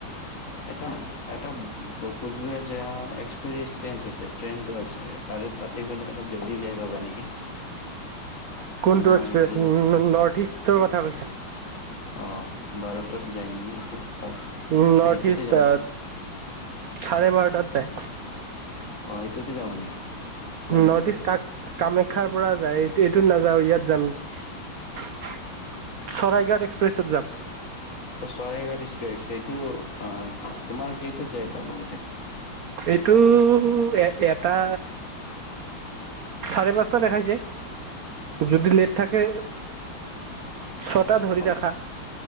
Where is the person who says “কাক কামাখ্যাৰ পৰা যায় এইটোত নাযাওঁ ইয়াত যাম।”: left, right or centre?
Right